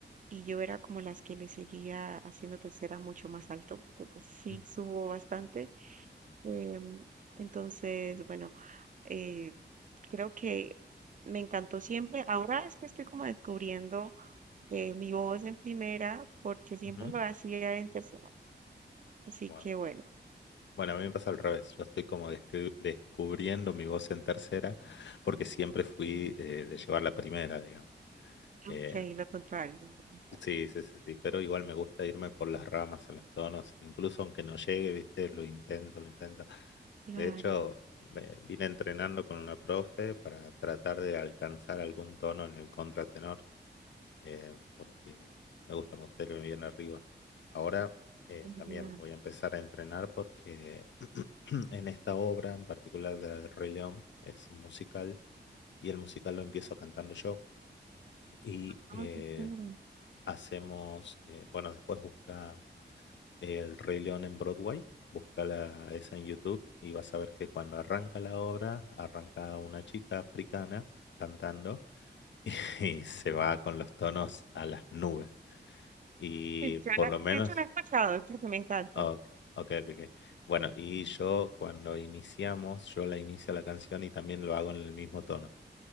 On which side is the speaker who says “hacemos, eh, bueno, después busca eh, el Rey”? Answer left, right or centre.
Left